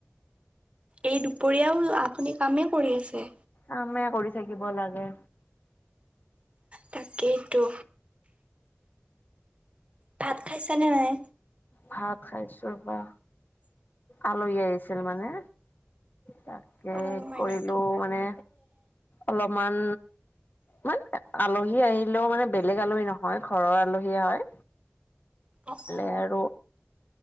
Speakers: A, on the right; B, on the left.
A: এই দুপৰীয়াও আপুনি কামেই কৰি আছে।
B: কামে কৰি থাকিব লাগে।
A: তাকেইতো। ভাত খাইছা নে নাই।
B: ভাত খাইছো বা আলহী আহিছিল মানে। তাকে
A: অ হয়
B: কৰিলো
A: নেকি
B: মানে অলপমান। মানে আলহী আহিলেও মানে বেলেগ আলহী নহয় ঘৰৰ আলহীয়ে হয়।
A: অ অ
B: লে
A: অ
B: আৰু।